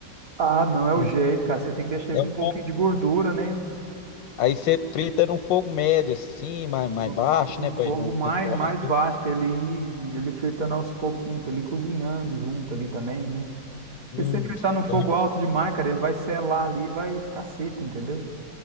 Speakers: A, on the right (about 50°); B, on the left (about 80°).
A: Ah, não é
B: Hum,
A: o jeito, cara. Você tem que deixar ele
B: É
A: com
B: um
A: um pouquinho
B: pouco.
A: de gordura, né?
B: Aí você frita num fogo médio, assim, mais, mais
A: No,
B: baixo,
A: em
B: né? Pra
A: fogo
B: ele não,
A: mais
B: não torrar
A: mais
B: tudo.
A: baixo, pra ele ir, ele fritando aos pouquinhos, pra ele ir cozinhando junto ali também, né? Porque
B: Hum,
A: se você fritar no fogo
B: eu-
A: alto demais, cara, ele vai selar ali e vai ficar seco, entendeu?